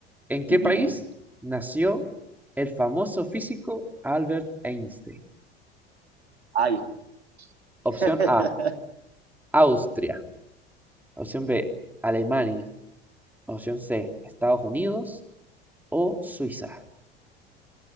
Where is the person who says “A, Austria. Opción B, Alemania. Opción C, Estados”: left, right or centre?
Centre